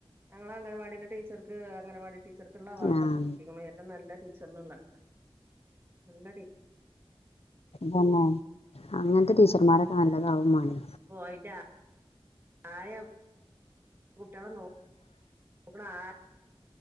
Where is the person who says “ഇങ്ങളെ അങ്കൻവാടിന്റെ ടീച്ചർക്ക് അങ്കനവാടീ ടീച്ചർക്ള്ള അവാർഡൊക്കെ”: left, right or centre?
Right